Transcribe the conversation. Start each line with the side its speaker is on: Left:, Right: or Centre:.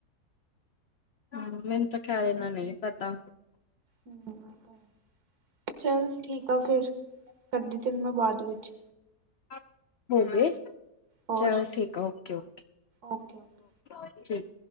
Left: ਹੂੰ, ਮੈਨੂੰ ਤਾਂ ਖੈਰ ਏਨਾ ਨਈ ਪਤਾ।
Right: ਹੂੰ ਏਹ ਤਾ ਹੈ, ਚੱਲ ਠੀਕ ਆ ਫੇਰ ਕਰਦੀ ਤੈਨੂੰ ਬਾਦ ਵਿੱਚ।
Left: <unintelligible> ਹੋ ਗੇ।
Right: ਹੋਰ
Left: ਚਲ ਠੀਕ ਆ okay, okay okay,
Right: okay okay
Left: okay ਠੀਕ।